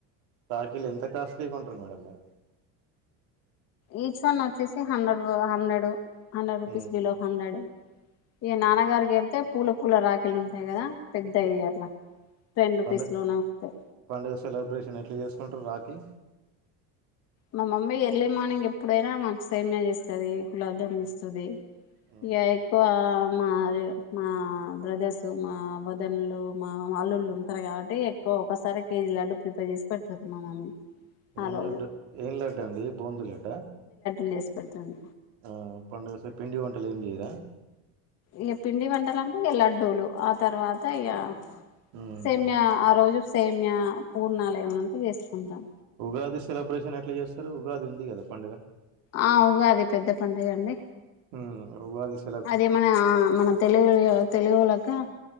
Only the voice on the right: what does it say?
రాకిల్ ఎంత కాస్ట్లీగా ఉంట మేడం
ఉమ్,
పడుగ
పండుగ సెలబ్రేషన్ ఎట్లా చేసుకుంటారు రాకి
ఉమ్,
ఉమ్.
ఏన్
లడ్డ ఏం లడ్డ అండి బూందు లడ్డ
ఆ పండడుగ సే పిండి వంటల చేయదా
ఉమ్.
ఉగాది సెలబ్రేషన్ ఎట్లా చేస్తారు ఉగాది ఉంది కదా పండుగ
ఆ ఉగాది <unintelligible>